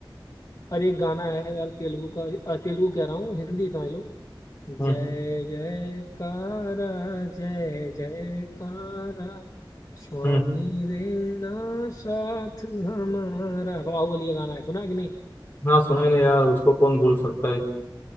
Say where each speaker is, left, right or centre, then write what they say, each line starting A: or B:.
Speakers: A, on the left; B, on the left.
A: और एक गाना है यार तेलुगु का अ, तेलुगु कह रहा हूँ हिंदी समझ लो जय
B: हम्म
A: जयकारा जय जयकारा स्वामी
B: हम्म
A: देना साथ हमारा बाहुबली का गाना है सुना है कि नहीं
B: हाँ सुना ही नहीं यार उसको कौन भूल सकता है